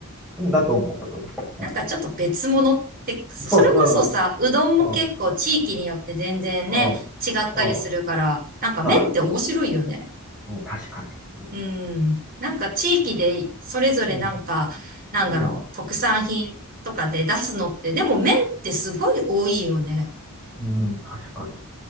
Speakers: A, in the centre; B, on the right (about 40°).
A: うんだと思う、だと思
B: なんかちょっと別物って、そそれこそさ、
A: う。うん、そうそう、
B: うどんも結構地域によって全然ね、
A: うん、うん、うん、
B: 違ったりするから、
A: うん、
B: なんか麺って面白いよね。
A: あ、うん確かに。うん、
B: うん。なんか地域でそれぞれなんか、
A: うん、
B: なんだろう、
A: うん、
B: 特産品とかで出すのって、でも麺ってすごい多いよね。
A: うん確かに。